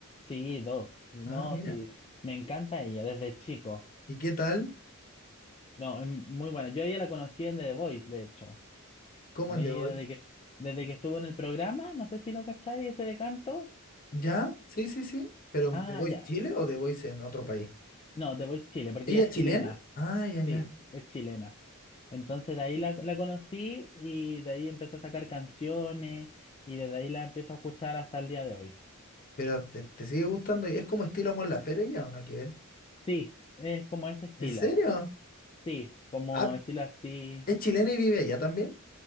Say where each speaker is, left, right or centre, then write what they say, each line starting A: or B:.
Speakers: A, on the left; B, on the left.
A: Sí, dos. No,
B: Ah, mira.
A: sí, me encanta ella desde chico.
B: ¿Y qué tal?
A: No, es muy buena. Yo a ella la conocí en The Voice, de hecho.
B: ¿Cómo
A: Ahí
B: en The Voice?
A: desde que, desde que estuvo en el programa, no sé si lo cacháis, ese de canto.
B: ¿Ya? Sí, sí, sí. ¿Pero
A: Ah,
B: The Voice
A: ya.
B: Chile o The Voice en otro país?
A: No, The Voice Chile, porque
B: ¿Ella
A: ella es
B: es chilena?
A: chilena.
B: chilena. Ah, ya, ya.
A: Sí, es chilena. Entonces de ahí la, la conocí y de ahí empezó a sacar canciones y desde ahí la empiezo a escuchar hasta el día de hoy.
B: ¿Pero te, te sigue gustando? ¿Es como estilo Mon Laferte ella o no hay que ver?
A: Sí, es como ese estilo.
B: ¿En serio?
A: Sí, como
B: Ah,
A: estilo así.
B: ¿es chilena y vive allá también?